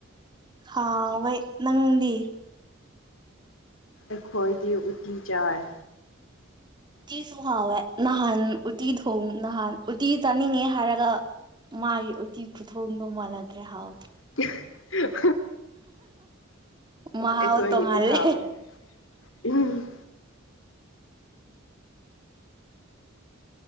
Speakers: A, on the right; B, on the left.
A: ꯍꯥꯥ ꯅꯪꯗꯤ
B: ꯑꯩꯈꯣꯏꯗꯤ ꯎꯇꯤ ꯌꯥꯏ
A: ꯎꯇꯤꯁꯨ ꯍꯥꯎꯋꯦ ꯅꯍꯥꯟ ꯎꯇꯤ ꯊꯣꯡ ꯅꯍꯥꯟ ꯎꯇꯤ ꯆꯥꯅꯤꯡꯉꯦ ꯍꯥꯏꯔꯒ ꯃꯥꯒꯤ ꯎꯇꯤ ꯈꯨꯊꯣꯡꯗꯣ ꯃꯥꯜꯂꯗ꯭ꯔꯦ ꯍꯥꯎ
B: <inaudible>
A: ꯃꯥꯥꯎ
B: ꯑꯩꯈꯣꯏꯒꯤꯗꯤ
A: ꯇꯣꯉꯂꯦ
B: ꯍꯥꯎꯋꯦ ꯎꯝ